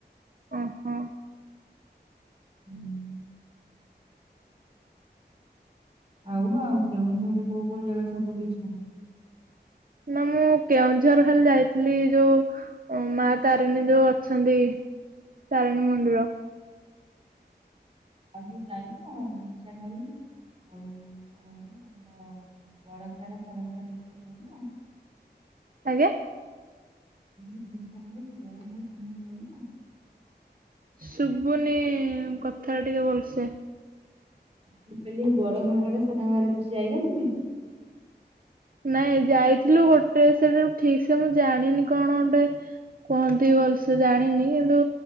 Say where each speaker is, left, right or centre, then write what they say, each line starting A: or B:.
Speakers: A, on the right; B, on the right.
A: ଓହୋ।
B: ହୁଁ ଆଉ ଆଉ କେଉଁଝରେ କୋଉ କୋଉ ଜାଗା ସବୁ ବୁଲିଛ?
A: ନା ମୁଁ କେଉଁଝର ଖାଲି ଯାଇଥିଲି ଯୋଉ ଓମ୍ ମା ତାରିଣୀ ଯୋଉ ଅଛନ୍ତି ତାରିଣୀ ମନ୍ଦିର।
B: ଆଗୁ ଯାଇ ଗୁମଚା ଘାରି ଆଉ କଣ ଆମର ବଳଧାର ଫଲଧାର ଏଇସବୁ ହୁଏନା।
A: ଆଜ୍ଞା
B: <unintelligible>
A: ଶୁବୁନି କଥା ଟା ଟିକେ ଭଲସେ।
B: ମୁଁ କହିଲି ବଡ ଘାଘାର ସାନା ଘାଘାରେ କିଛି ଯାଇନ ତମେ?
A: ନାଇଁ ଯାଇଥିଲୁ ଗୋଟେ ସେଟା ଠିକ ସେ ମୁଁ ଜାଣିନି କଣ ଗୋଟେ କୁହନ୍ତି ଭଲସେ ଜାଣିନି କିନ୍ତୁ